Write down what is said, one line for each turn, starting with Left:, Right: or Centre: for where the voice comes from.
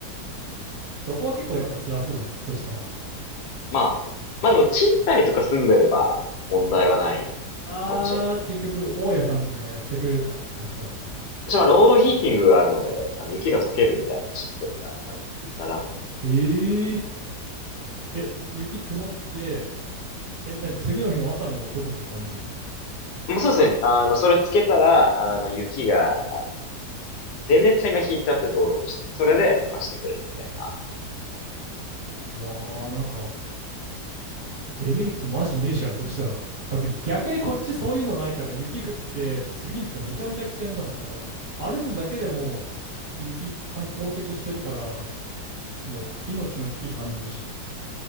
Right: そこは結構やっぱ辛そうだね。そしたら。
Left: まあ、まあでも賃貸とか住んでれば問題はない
Right: あー、
Left: かもしれないですね。
Right: 結局大家さんとかがやってくれるか。そしたら。
Left: 私はロードヒーティングがあるので、あの雪が溶けるみたいなシステムがあるので、床暖。
Right: へえ。え、雪積もって、え、なに次の日の朝にはもう溶けてる感じ
Left: もうそうですね。あの、それつけたら、あの、雪が、あ電熱線が引いてあって道路の下に、それで溶かしてくれるみたいな。
Right: いやー、なんか、デメリットマジねえじゃん、そしたら。だって逆にこっちそういうのないから、雪降って、次の日がめちゃめちゃ危険だもん。だからもう、歩くだけでも、雪、金凍結してるから、もう、命の危機感じるし。